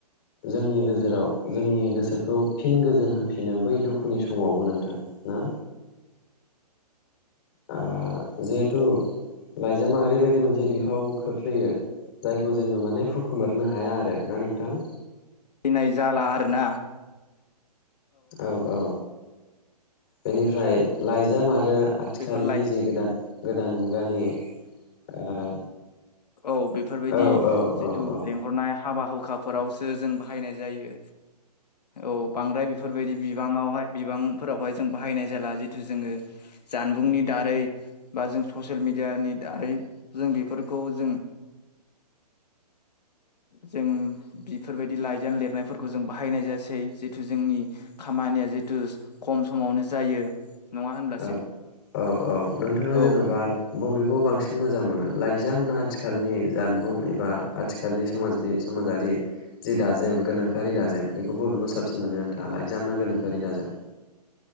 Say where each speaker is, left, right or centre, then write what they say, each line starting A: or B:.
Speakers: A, on the left; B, on the left.
A: जोंनि नोजोराव जोंनि गोसोखौ फिन गोजोन होफिनो बै दुखुनि समावबो नोंथां ना? ओ जिहेथु लाइजामा ओरैबायदि मोनसे बिफाव खोख्लैयो जायखौ जोङो माने हुख खोमोरनो हाया आरो ना नोंथां?
B: फैनाय जाला आरोना।
A: औ औ। बेनिफ्राय लाइजाम आरो आथिखालनि
B: बेफोर लाइजि
A: जे गोदान गोदान मुगानि ओ
B: औ बेफोरबायदि
A: औ औ
B: जिथु
A: औ औ
B: लेंहरनाय हाबा हुखा फोरावसो जों बाहायनाय जायो, औ। बांद्राय बेफोरबायदि बिबाङावहाय बिबांफोरावहाय जों बाहायनाय जाला जिथु जोङो जानबुंनि दारै बा जों ससियेल मेडियानि दारै जों बेफोर खौ जों जों बेफोरबायदि लाइजाम लिरनायफोरखौ जों बाहायनाय जासै जितु जोंनि खामानिया जितु खम समावनो जायो। नङा होनब्लासै
A: औ औ औ नोंथाङा जेनबा
B: औ
A: बबेखौ बांसिन मोजां मोनो लाइजाम ना आथिखालनि जानबुं एबा आथिखालनि समाज समाजारि जि दाजेम गोनोखोआरि दाजेम बेखौ बबेखौ साबसिन मोनो नोंथाङा लाइजाम ना गोनोखोआरि दाजेम?